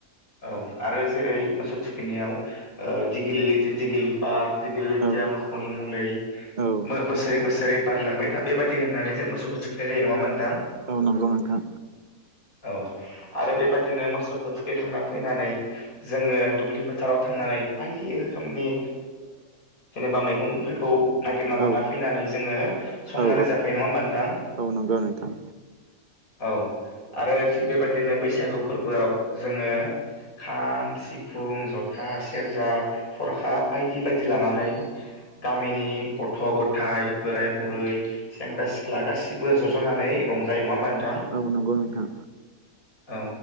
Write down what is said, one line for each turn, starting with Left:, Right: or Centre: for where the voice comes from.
Left: औ आरो जेरै मोसौ थुखैनायाव दिगिलि दिगिलि पा दिगिलिथिया
Right: औ
Left: मोसौनि मुलै
Right: औ
Left: बोसोरै बोसोरै बारलांबाय। दा बेबायदि होननानै जों मोसौखौ थुखैनाय जायो नङा नोंथां।
Right: औ नंगौ नोंथां औ नंगौ नोंथां
Left: औ आरो बेबायदिनो मोसौखौ थुखैखांना फैनानै जोङो दुब्लि फोथाराव थांनानै बायदि रोखोमनि जेनेबा मैगंफोरखौ नागिरना लाना
Right: औ
Left: फैनानै जोङो संनानै
Right: औ
Left: जाफै नङा होमबा नोंथां।
Right: औ नंगौ नोंथां।
Left: औ आरो थिग बेबायदिनो बैसागु फोरबोआव जोङो खाम, सिफुं, जथा, सेरजा, थरखाब बायदि बायदि लानानै गामिनि गथ' गथाइ बोराय बुरै सेंग्रा सिख्ला गासिबो जज'नानै रंजायो नङा होमबा नोंथां।
Right: औ औ नंगौ नोंथां
Left: औ